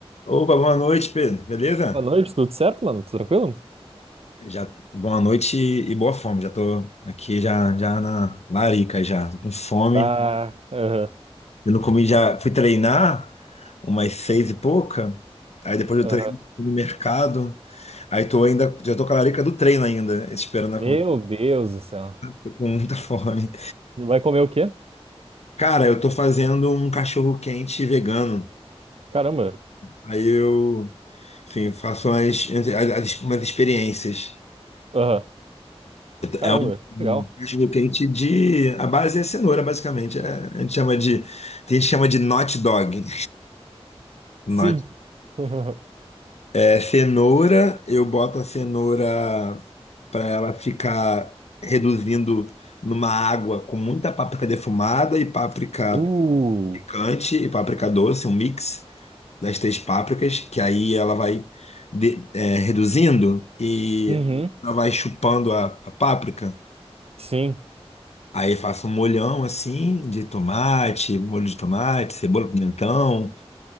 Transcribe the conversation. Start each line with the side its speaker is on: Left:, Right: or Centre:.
Left: Opa, boa noite, Pedro. Beleza?
Right: Boa noite, tudo certo, mano? Tudo tranquilo?
Left: Já, boa noite e boa fome. Já tô aqui já, já na larica já. Tô com fome.
Right: Ah, aham,
Left: Eu não comi já. Fui treinar umas seis e pouca. Aí depois
Right: aham.
Left: do treino fui no mercado. Aí tô ainda. Já tô com a larica do treino ainda. Esperando a
Right: Meu
Left: comida.
Right: Deus do céu.
Left: Tô com <laughs> muita fome.
Right: Vai comer o quê?
Left: Cara, eu tô fazendo um cachorro quente vegano.
Right: Caramba.
Left: Aí eu, enfim, faço umas, as- as- umas experiências.
Right: Aham. Caramba,
Left: É um um
Right: legal.
Left: cachorro quente de. A base é cenoura, basicamente. É- a gente chama de. Tem gente que chama de not dog. <laughs> Not.
Right: Sim. <laughs>
Left: É cenoura, eu boto a cenoura para ela ficar reduzindo numa água com muita páprica defumada e páprica
Right: Uh.
Left: picante e páprica doce, um mix das três pápricas, que aí ela vai de- é, reduzindo e
Right: Uhum.
Left: ela vai chupando a a páprica.
Right: Sim,
Left: Aí faço um molhão assim de tomate, molho de tomate, cebola, pimentão.